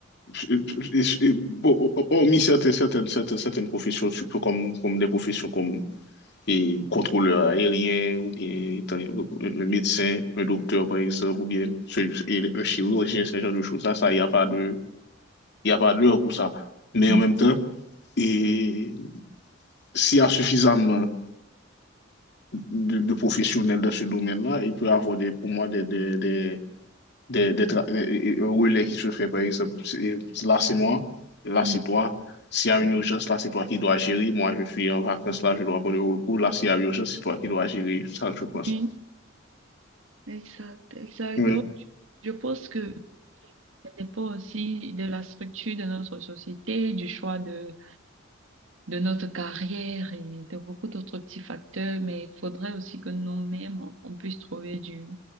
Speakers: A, on the left; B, on the right.
A: Et- et- Bon, hormis certaines, certaines, certaines, certaines professions, surtout comme, comme des professions comme et, contrôleur aérien, ou bien étant- un médecin, un docteur, par exemple, ou bien ce- et un chirurgien, ce genre de choses-là, ça, il n'y a pas de, il y a pas d'heure pour ça. Mais
B: Mhm.
A: en même temps, et s'il y a suffisamment de, de professionnels dans ce domaine-là, il peut y avoir des, pour moi des, des, des, des, des tra- des- des relais qui se fait, par exemple, c'est- là c'est moi, là
B: Oui,
A: c'est toi. S'il y a une urgence, là c'est toi qui dois gérer. Moi, je suis en vacances, là je dois prendre le repos. Là, s'il y a une urgence, c'est toi qui dois gérer. Ça, je pense.
B: oui, exact, exact.
A: Oui,
B: Donc, je pense que Ça dépend aussi de la structure de notre société, du choix de, de notre carrière et de beaucoup d'autres petits facteurs, mais il faudrait aussi que nous-mêmes, on, on puisse trouver du,